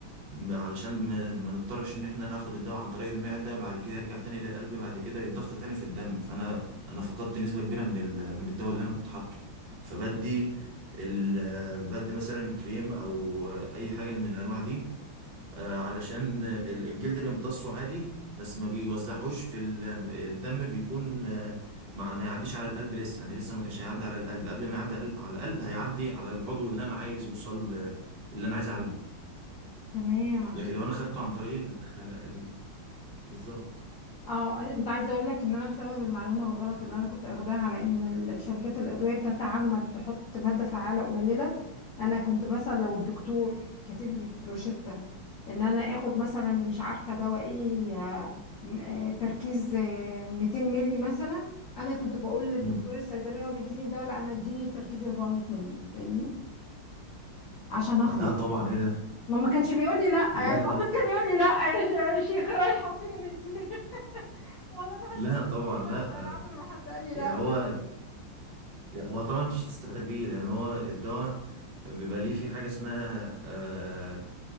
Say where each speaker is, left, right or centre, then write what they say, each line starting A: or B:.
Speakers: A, on the right; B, on the left.
A: ب- علشان ما ما نضطرش ان احنا ناخد الدواء عن طريق المعدة بعد كده يرجع تاني للقلب بعد كده يتضخ تاني في الدم فانا انا فقدت نسبة كبيرة من ال... من الدواء اللي انا كنت حاطه فبدي ال... بدي مثلا كريم او اي حاجة من الانواع دي آه، علشان ال- الجلد بيمتصه عادي بس ما بيوزعهوش في ال... الدم بيكون آه، مع ما يعديش على القلب لسه يعني لسه ما كانش هيعدي على القلب قبل ما يعدي على القلب على القلب هيعدي على العضو اللي انا عايز يوصل آه، اللي انا عايز اعالجه
B: تمام عشان
A: لكن
B: كده
A: لو انا خدته عن طريق ال- آه، ال- بالظبط
B: اه انت عايزه اقول لك ان انا بسبب المعلومه الغلط اللي انا كنت اخداها على ان ال- شركات الادويه بتتعمد تحط ماده فعاله قليله انا كنت مثلا لو الدكتور كاتب لي في روشته ان انا اخد مثلا مش عارفه دواء ايه آه، م- آه، تركيز آه، 200 ملي مثلا انا كنت بقول للدكتور
A: مم.
B: الصيدلي هو بيديني الدواء لا انا اديني تركيز 400 ملي فاهمني عشان اخلص
A: لا طبعا
B: يعني
A: ايه ده
B: ما ما كانش بيقول لي لا
A: لا
B: يعني
A: لا
B: المفروض كان يقول لي لا يا ش- يا شيخه رايحه فين انت <laughs> والله ما
A: لا
B: حدش كان
A: طبعا
B: بيقول لي
A: لا
B: لا انا عمري ما حد قال لي لا
A: يعني هو هو طبعا مش هتستفاد بيه لان هو الدواء بيبقى ليه في حاجه اسمها آه،